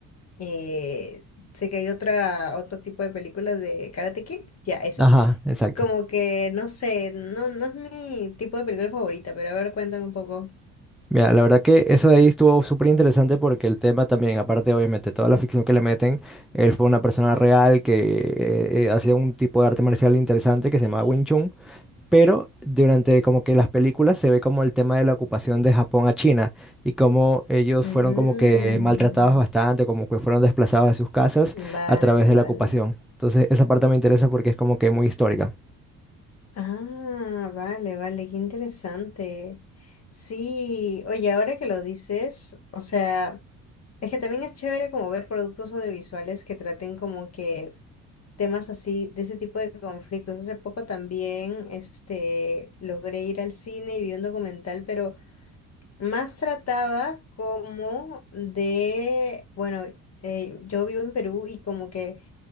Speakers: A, on the left; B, in the centre.
A: eh, sé que hay otra, otro tipo de películas de Karate Kid, ya esa.
B: Ajá, exacto.
A: Como que no sé, no, no es mi tipo de película favorita, pero a ver, cuéntame un poco.
B: Mira, la verdad que eso de ahí estuvo súper interesante porque el tema también, aparte obviamente toda la ficción que le meten, él fue una persona real que eh, eh, hacía un tipo de arte marcial interesante que se llamaba Wing Chun, pero durante como que las películas se ve como el tema de la ocupación de Japón a China y cómo ellos
A: Mm.
B: fueron como que maltratados bastante, como que fueron desplazados de sus casas
A: Vale,
B: a través de
A: vale.
B: la ocupación. Entonces esa parte me interesa porque es como que muy histórica.
A: Ah, vale, vale, qué interesante. Sí, oye, ahora que lo dices, o sea, es que también es chévere como ver productos audiovisuales que traten como que temas así, de ese tipo de conflictos. Hace poco también, este, logré ir al cine y vi un documental, pero más trataba como de, bueno, eh, yo vivo en Perú y como que...